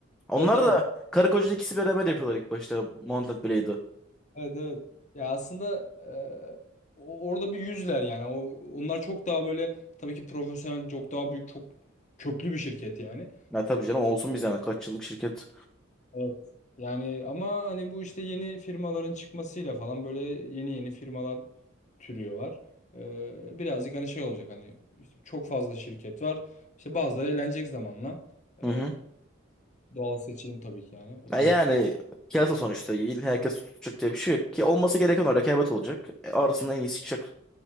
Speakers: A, in the centre; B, on the left.
A: Onlar
B: Evet evet
A: da karı koca ikisi beraber yapıyorlar ilk başta Mounted Blade'ı.
B: Evet evet. Ya aslında e, o- orada bir yüzler yani. O, onlar çok daha böyle tabii ki profesyonel, çok daha büyük, çok köklü bir şirket yani.
A: Ya tabii canım olsun bir zahmet. Kaç yıllık şirket.
B: Evet. Yani ama hani bu işte yeni firmaların çıkmasıyla falan böyle yeni yeni firmalar türüyorlar. E, birazcık hani şey olacak hani işte çok fazla şirket var. İşte bazıları eğlenecek zamanla. E,
A: Hı hı.
B: doğal seçilim tabii ki yani otomatik
A: Ya yani
B: olarak.
A: piyasa sonuçta. İl- Herkes tutacak diye bir şey yok. Ki olması gereken o rekabet olacak. E, arasında en iyisi çıkacak.